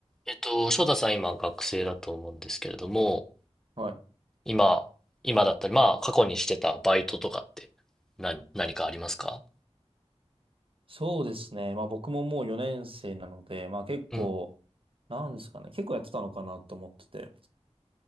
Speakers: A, in the centre; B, on the right.
A: えっと、翔太さん今学生だと思うんですけれども、
B: はい。
A: 今、今だったり、まあ過去にしてたバイトとかって何、何かありますか
B: そうですね。まあ僕ももう4年生なので、まあ結構、
A: うん。
B: なんですかね。結構やってたのかなと思ってて。